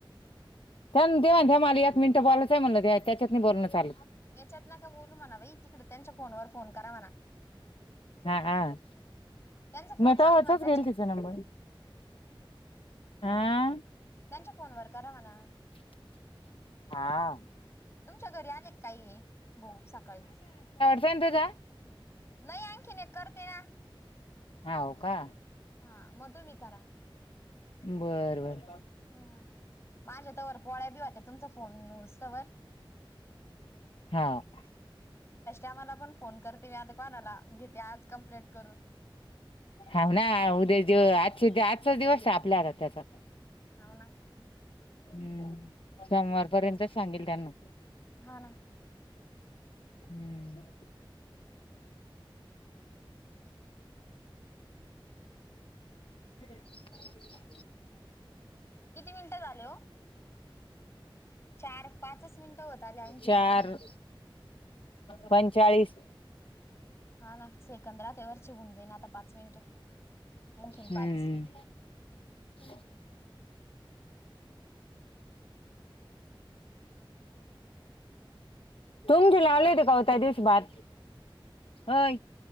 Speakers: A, on the left (about 75°); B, on the left (about 30°).
A: त्यान देवा त्या मला एक मिनटं बोलायचं आहे म्हलं त्याच्यात नाही बोलण चालत.
B: याच्यात नका बोलू म्हणा बाई तिकड त्यांच्या फोनवर फोन करा म्हणा.
A: हा, हा.
B: त्यांचा फोन
A: मतावरचाच
B: चालू म्हणा त्यांच्या
A: गेईल तिचा नंबर. हा.
B: त्यांच्या फोन वर करा म्हणा.
A: हा.
B: तुमच्या घरी आले काही ये? भाऊ सकाळीच.
A: <unintelligible> चंदुदा
B: नाही आनखीन एक करते ना.
A: हा हो का
B: हा म तुम्ही करा
A: बर बर
B: हा माझ्या तवर पोळ्या बि व्हत्यात तुमचा फोन हुस्तवर
A: हा <inaudible>
B: टायमाला पण फोन करते मी आता कोणाला घेते आज कंप्लीट करून.
A: हाव ना उद्या दिव आज आजचा दिवस आहे आपल्याता त्याचा
B: हावना
A: हम्म सोमवारपर्यंतच सांगेल त्यांना
B: हा ना
A: हम्म <inaudible> <inaudible>
B: किती मिनिटं झाले हो चार, पाचच मिनिटं होत आले आणखीन
A: चार
B: अजून
A: पंचाळीस
B: हा ना सेकंद राहते वरचे होऊन जाईन आता पाच मिनिटं आणखीन
A: हम्म
B: पाच. <inaudible>
A: <unintelligible> <unintelligible> तुमचे लावलय ते को त्या दिवस भर होय